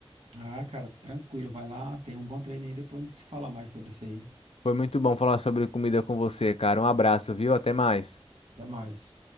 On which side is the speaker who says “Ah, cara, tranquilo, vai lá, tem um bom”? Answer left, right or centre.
Right